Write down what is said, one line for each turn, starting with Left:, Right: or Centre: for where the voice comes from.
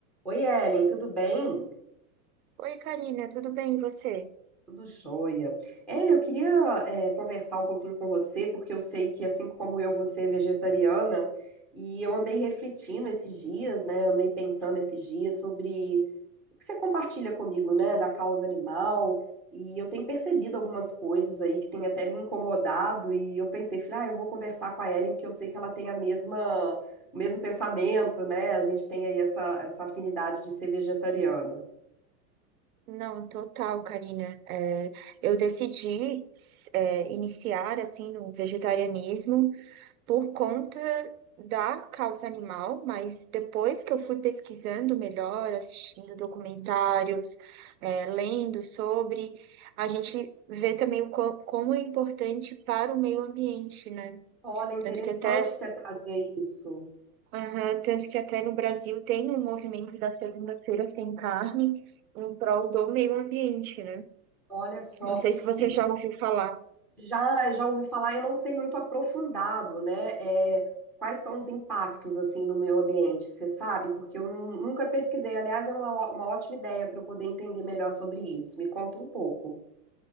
Centre: Oi, Ellen, tudo bem?
Right: Oi, Karina, tudo bem e você?
Centre: Tudo jóia. Ellen, eu queria eh, conversar um pouquinho com você, porque eu sei que, assim como eu, você é vegetariana, e eu andei refletindo esses dias, né? Andei pensando esses dias sobre o que você compartilha comigo, né, da causa animal, e eu tenho percebido algumas coisas aí que têm até me incomodado, e eu pensei, falei, ah, eu vou conversar com a Ellen, porque eu sei que ela tem a mesma, o mesmo pensamento, né? A gente tem aí essa, essa afinidade de ser vegetariana.
Right: Não, total, Karina. É, eu decidi s- é, iniciar assim no vegetarianismo por conta da causa animal, mas depois que eu fui pesquisando melhor, assistindo documentários, é, lendo sobre, a gente vê também o co- como é importante para o meio ambiente, né?
Centre: Olha, interessante
Right: Tanto que até
Centre: você trazer isso.
Right: Aham, tanto que até no Brasil tem um movimento da segunda-feira sem carne em prol do meio ambiente, né?
Centre: Olha só.
Right: Não sei se você
Centre: E
Right: já ouviu falar.
Centre: já já ouvi falar, eu não sei muito aprofundado, né? É, quais são os impactos assim no meio ambiente, você sabe? Porque eu nu- nunca pesquisei. Aliás, é uma, ó- uma ótima ideia para eu poder entender melhor sobre isso. Me conta um pouco.